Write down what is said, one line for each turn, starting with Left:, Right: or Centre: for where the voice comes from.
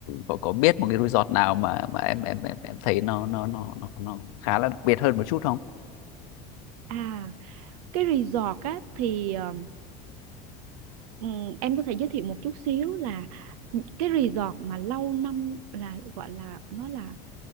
Left: có có biết một cái resort nào mà mà em em em em thấy nó nó nó nó nó khá là đặc biệt hơn một chút không
Right: à cái resort á thì ờ, Ừ, em có thể giới thiệu một chút xíu là những cái resort mà lâu năm là gọi là nó là